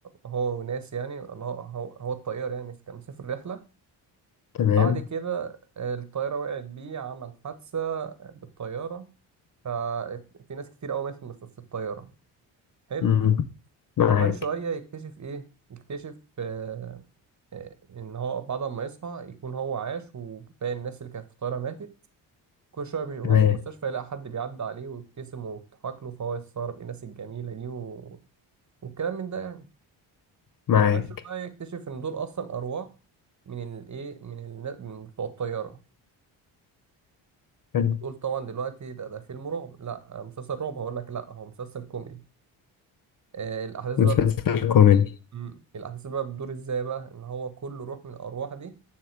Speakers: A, on the right; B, on the left.
A: هو وناس يعني اللي هو هو, هو الطيار يعني كان مسافر رحله
B: تمام
A: بعد كده آه، الطيارة وقعت بيه عمل حادثة بالطيارة ففي ناس كتير قوي ماتت في في الطيارة حلو
B: مم. معاك
A: كمان شوية يكتشف إيه يكتشف آه، آه، إن هو بعد ما يصحى يكون هو عاش وباقي الناس اللي كانت في الطيارة ماتت كل شوية بي- وهو
B: تمام
A: في المستشفى يلاقي حد بيعدي عليه ويبتسم ويضحك له فهو يستغرب إيه الناس الجميلة دي و... والكلام من ده يعني
B: معاك
A: كمان شوية يكتشف إن دول أصلا أرواح من الإيه من, النا- من بتوع الطيارة
B: حلو.
A: هتقول طبعا دلوقتي ده ده فيلم رعب لا آه، مسلسل رعب هقول لك لا هو مسلسل كوميدي آه الاحداث
B: مسلسل
A: بقى بت...
B: كوميدي
A: مم. الاحداث بقى بتدور ازاي بقى ان هو كل روح من الارواح دي